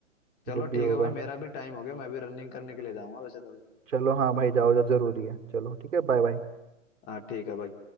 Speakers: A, on the left; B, on the right.
A: चलो
B: जब भी
A: ठीक
B: होगा
A: है भाई मेरा भी टाइम हो गया मैं भी रनिंग करने के लिए जाऊंगा वैसे तो अभी
B: चलो हाँ भाई जाओ जो जरूरी है चलो ठीक है बाय बाय
A: हाँ ठीक है भाई